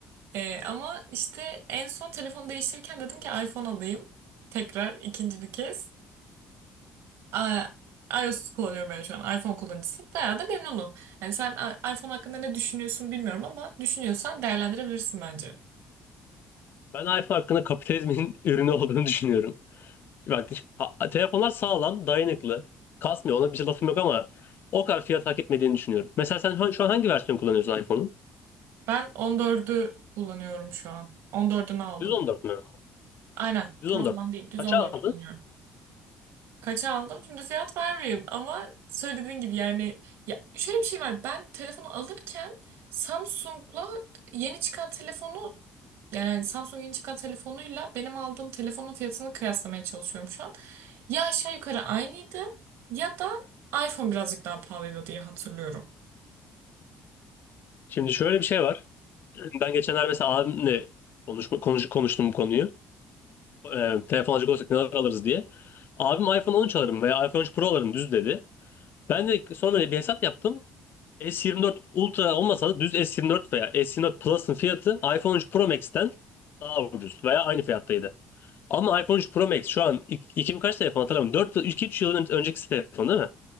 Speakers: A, on the right; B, on the left.
A: Ee, ama işte en son telefonu değiştirirken dedim ki iPhone alayım. Tekrar ikinci bir kez. Aa, iOS kullanıyorum ben şu an. iPhone kullanıcısıyım. Bayağı da memnunum. Yani sen a- iPhone hakkında ne düşünüyorsun bilmiyorum ama düşünüyorsan değerlendirebilirsin bence.
B: Ben iPhone hakkında kapitalizmin <laughs> ürünü olduğunu düşünüyorum. Bak ha- telefonlar sağlam, dayanıklı, kasmıyor. Ona bir şey lafım yok ama o kadar fiyat hak etmediğini düşünüyorum. Mesela sen ha- şu an hangi versiyon kullanıyorsun iPhone'un?
A: Ben 14'ü kullanıyorum şu an. 14'ünü aldım.
B: Düz 14 mü?
A: Aynen.
B: Düz
A: Pro
B: 14.
A: falan değil. Düz
B: Kaça
A: on dört
B: aldın?
A: kullanıyorum. Kaça aldım? Şimdi fiyat vermeyeyim ama söylediğin gibi yani ya şöyle bir şey var. Ben telefonu alırken Samsung'la yeni çıkan telefonu yani hani Samsung yeni çıkan telefonuyla benim aldığım telefonun fiyatını kıyaslamaya çalışıyorum şu an. Ya aşağı yukarı aynıydı ya da iPhone birazcık daha pahalıydı diye hatırlıyorum.
B: Şimdi şöyle bir şey var. <clears throat> Ben geçenler mesela abimle konuşma, konuş, konuştum bu konuyu. E, telefon alacak olsak neler alırız diye. Abim iPhone 13 alırım veya iPhone 13 Pro alırım düz dedi. Ben de sonra bir hesap yaptım. S24 Ultra olmasa da düz S24 veya S24 Plus'ın fiyatı iPhone 13 Pro Max'ten daha ucuz veya aynı fiyattaydı. Ama iPhone 13 Pro Max şu an 2000 kaç telefon hatırlamıyorum. Dört 2-3 yıl önceki telefon değil mi?